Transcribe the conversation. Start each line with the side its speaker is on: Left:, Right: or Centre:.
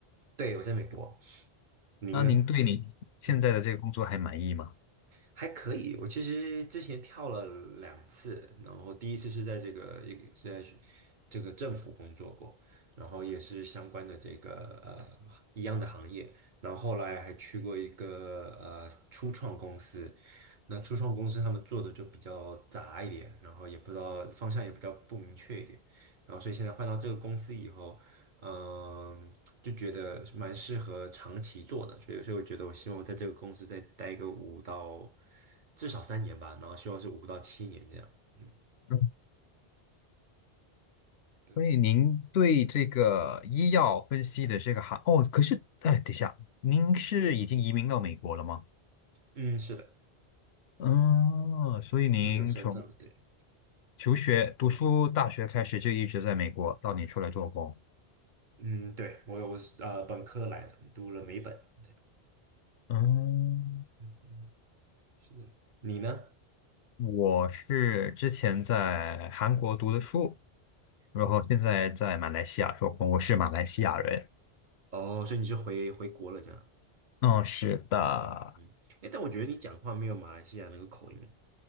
Right: 对，我在美国，您呢？
Left: 那您对你现在的这个工作还满意吗？
Right: 嗯。还可以，我其实之前跳了两次，然后第一次是在这个一个是在学这个政府工作过，然后也是相关的这个呃一样的行业，然后后来还去过一个呃初创公司，那初创公司他们做的就比较杂一点，然后也不知道方向也比较不明确一点，然后所以现在换到这个公司以后。嗯，就觉得蛮适合长期做的，所以所以我觉得我希望我在这个公司再待个五到至少三年吧，然后希望是五到七年这样。嗯
Left: 嗯，
Right: 对，
Left: 所以您对这个医药分析的这个行，哦，可是，哎，等一下，您是已经移民到美国了吗？
Right: 嗯，是的，
Left: 嗯，所以您从
Right: 就是有身份了，对，
Left: 求学、读书、大学开始就一直在美国，到你出来做工。
Right: 嗯，对，我我是呃本科来的，读了美本，对，
Left: 嗯，
Right: 嗯嗯，是的，你呢？
Left: 我是之前在韩国读的书，然后现在在马来西亚做工，
Right: 嗯
Left: 我是马来西亚人。
Right: 哦，所以你是回回国了这样，
Left: 嗯，是的。
Right: 嗯，哎，但我觉得你讲话没有马来西亚那个口音，